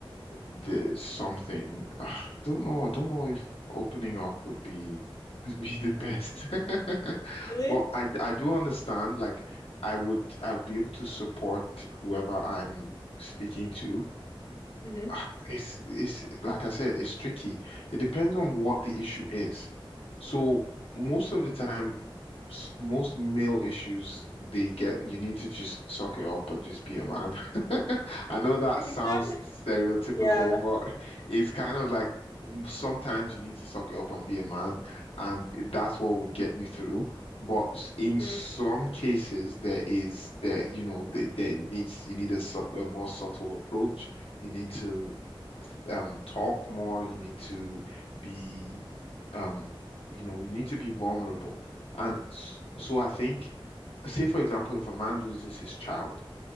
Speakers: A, on the left; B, on the left.
A: there's something. <sighs> I don't know. I don't know if opening up would be <laughs> would be the best. <laughs>
B: Really?
A: But I I do understand. Like I would I would be able to support whoever I'm speaking to.
B: Mm-hmm.
A: Ah, It's it's like I said, it's tricky. It depends on what the issue is. So most of the time, s- most male issues they get you need to just suck it up and just be a man. <laughs> I know that
B: You think
A: sounds
B: so?
A: stereotypical,
B: Yeah.
A: but it's kind of like mm, sometimes you need to suck it up and be a man, and that's what would get you through. But s- in some
B: Mm.
A: cases, there is that you know that there needs you need a, sub- a more subtle approach. You need to um talk more. You need to be um, you know, we need to be vulnerable. And s- so I think, say for example, if a man loses his child,